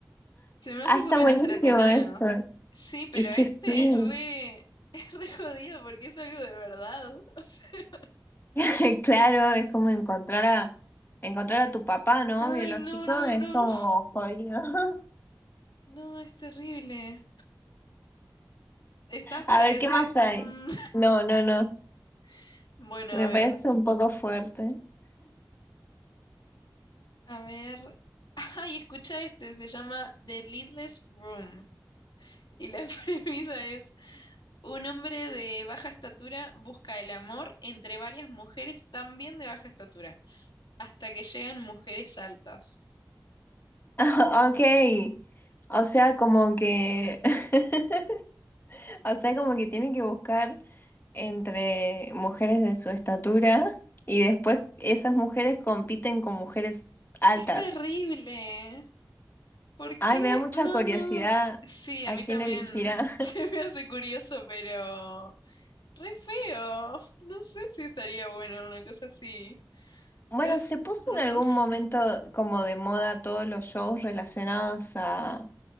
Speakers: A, on the left; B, on the left.
A: Se me hace
B: Ah, está
A: súper
B: buenísimo
A: entretenido.
B: eso.
A: Sí, pero
B: Es
A: este
B: que sí.
A: es re, <laughs> es re jodido porque es algo de verdad. <laughs>
B: <laughs> Claro, es como encontrar a encontrar a tu papá, ¿no?
A: ay,
B: Biológico,
A: no, no,
B: es
A: no.
B: como jodido. <laughs>
A: No, es terrible. ¿Estás para
B: A ver,
A: ese?
B: ¿qué más
A: Mm,
B: hay? No, no, no.
A: <laughs> bueno,
B: Me
A: a ver.
B: parece un poco fuerte.
A: A ver. Ay, escucha este, se llama The Leadless Groom. Y la <laughs> premisa es Un hombre de baja estatura busca el amor entre varias mujeres también de baja estatura, hasta que llegan mujeres altas.
B: <laughs> Ok. O sea, como que. <laughs> O sea, como que tienen que buscar. entre mujeres de su estatura y después esas mujeres compiten con mujeres altas.
A: Es terrible. ¿Por
B: Ay,
A: qué?
B: me da mucha
A: No,
B: curiosidad
A: no. Sí,
B: a
A: a mí
B: quién
A: también
B: elegirá.
A: <laughs>
B: <laughs>
A: se me hace curioso, pero re feo. No sé si estaría bueno una cosa así.
B: Bueno,
A: Es-
B: se puso
A: mm.
B: en algún momento como de moda todos los shows relacionados a,